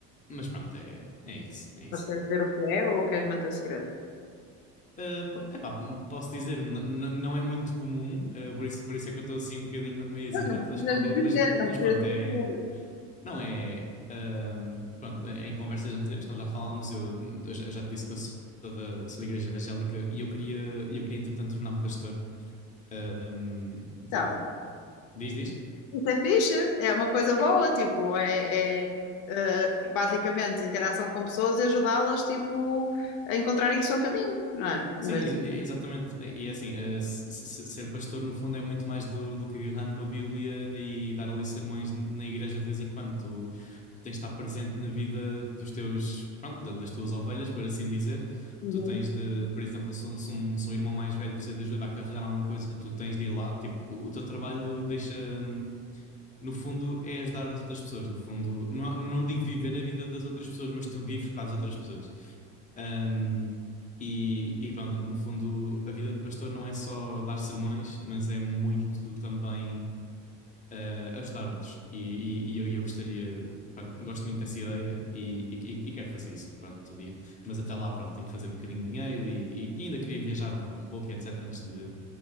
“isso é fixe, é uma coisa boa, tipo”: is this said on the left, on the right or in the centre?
Left